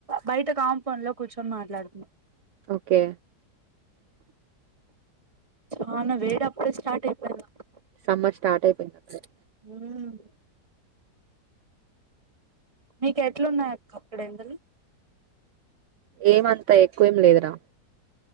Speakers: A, on the right; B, on the right.
A: బయట కాంపౌండ్ లో కూర్చొని మాట్లాడుతున్నా.
B: ఓకే
A: చానా వేడి అప్పుడే స్టార్ట్ అయిపోయింది. అక్కా
B: సమ్మర్ స్టార్ట్ అయిపోయిందకసారి.
A: మ్ మీకు ఎట్లున్నాయి అక్కడ ఎండలు.
B: ఏమంతా ఎక్కువేం లేదురా.